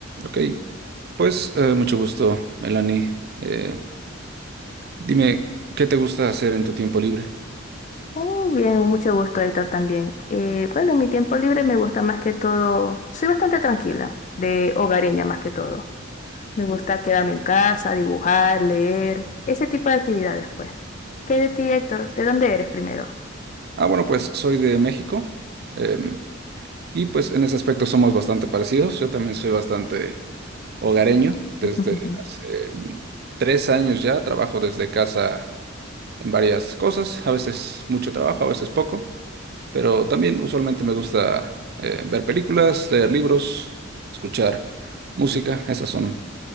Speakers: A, on the right; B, on the left.
A: Ok, pues eh, mucho gusto, Melanie. Eh, dime, ¿qué te gusta hacer en tu tiempo libre?
B: Oh, bien, mucho gusto, Héctor, también. Eh, bueno, en mi tiempo libre me gusta más que todo, soy bastante tranquila, de hogareña más que todo. Me gusta quedarme en casa, dibujar, leer, ese tipo de actividades, pues. ¿Qué de ti, Héctor? ¿De dónde eres primero?
A: Ah, bueno, pues soy de México em, y pues en ese aspecto somos bastante parecidos. Yo también soy bastante hogareño. Desde
B: <laughs>
A: hace mm, tres años ya trabajo desde casa en varias cosas, a veces mucho trabajo, a veces poco, pero también usualmente me gusta eh, ver películas, leer libros, escuchar música. Esas son